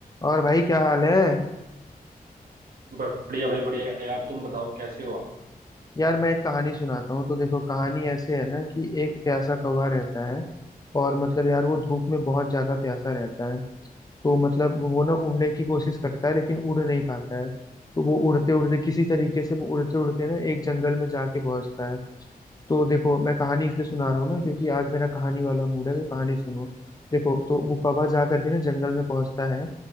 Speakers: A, on the left (about 25°); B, on the right (about 70°).
A: और भाई क्या हाल है
B: बढ़िया भाई बढ़िया यार तुम बताओ कैसे हो आप
A: यार मैं एक कहानी सुनाता हूँ तो देखो कहानी ऐसे है ना कि एक प्यासा कौवा रहता है और मतलब यार वो धूप में बहुत ज्यादा प्यासा रहता है तो मतलब वो ना उड़ने की कोशिश करता है लेकिन उड़ नहीं पाता है तो वो उड़ते उड़ते किसी तरीके से वो उड़ते उड़ते ना एक जंगल में जाके पहुंचता है तो देखो मैं कहानी इसलिए सुना रहा हूँ ना क्योंकि आज मेरा कहानी वाला मूड है तो कहानी सुनो देखो तो वो कौवा जा करके ना जंगल में पहुंचता है